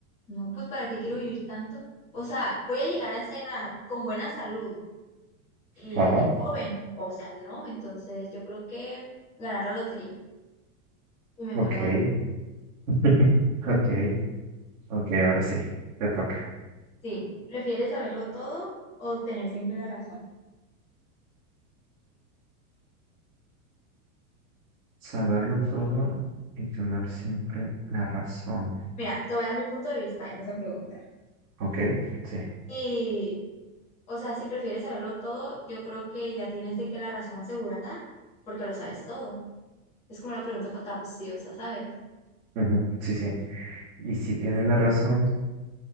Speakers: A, on the left (about 15°); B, on the right (about 75°).
A: no, pues ¿para qué quiero vivir tanto? O sea, voy a llegar a esa edad con buena salud y,
B: Ah,
A: y joven, o sea, no, entonces yo creo que ganar la lotería y me
B: ok,
A: muero antes.
B: <laughs> ok, ok, ahora sí, te toca.
A: Sí, ¿prefieres saberlo todo o tener siempre la razón?
B: Saberlo todo y tener siempre la razón.
A: Mira, te voy a dar mi punto de vista en esa pregunta.
B: Ok, sí,
A: Y, o sea, si prefieres saberlo todo, yo creo que ya tienes de que la razón asegurada, porque lo sabes todo. Es como una pregunta pa- capciosa, ¿sabes?
B: ujú, sí, sí. Y si tienen la razón,